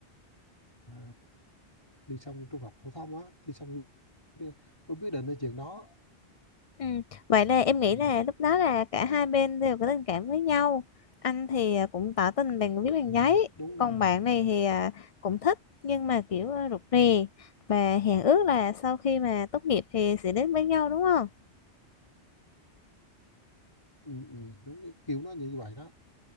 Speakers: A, on the left; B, on the left.
A: à, thi xong trung học phổ thông á thi xong mới quyết định cái chuyện đó
B: Ừ. Vậy là em nghĩ
A: ừ,
B: là lúc đó là cả hai bên đều có tình cảm với nhau anh thì à, cũng tỏ tình bằng viết bằng
A: ừ,
B: giấy
A: đúng rồi
B: còn bạn này thì à, cũng thích nhưng mà kiểu à, rụt rè và hẹn ước là sau khi mà tốt nghiệp thì sẽ đến với nhau đúng không
A: ừ, ừ, đúng cái kiểu nó như vậy đó